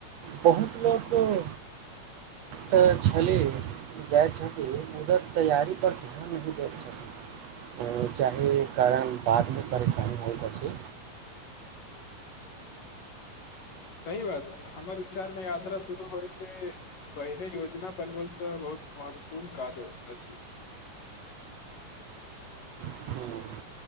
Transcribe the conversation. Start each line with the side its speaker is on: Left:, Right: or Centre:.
Right: बहुत लोककें तऽ छली जाइ छथिन उधर तैयारीपर ध्यान नहि दैत छथिन जाहि कारण बादमे परेशानी होइत अछि
Left: सही बात हमर विचारमे यात्रा शुरू होयसँ पहिले योजना बनबलसँ बहुत महत्वपूर्ण काज अछि
Right: हम्म,